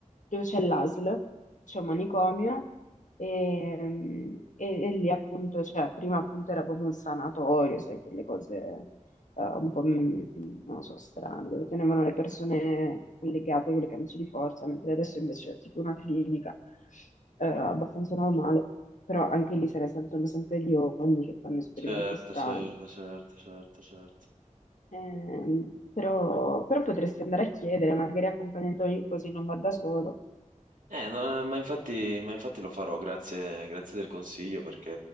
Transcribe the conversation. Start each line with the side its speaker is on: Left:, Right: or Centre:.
Left: dove c'è l'ASL, c'è un manicomio e, e- e lì appunto, cioè, prima appunto era proprio un sanatorio, sai, quelle cose eh, un po', mm, non lo so, strane, dove tenevano le persone legate con le camicie di forza, mentre adesso invece è tipo una clinica eh, abbastanza
Right: Mm.
Left: normale, però anche lì se ne sentono sempre gli ogni che fanno esperimenti
Right: Certo,
Left: strani.
Right: certo, certo, certo, certo.
Left: Ehm, però, però potresti andare a chiedere, magari accompagnatori così non va da solo.
Right: Eh, no, eh, ma infatti, ma infatti lo farò, grazie, grazie del consiglio, perché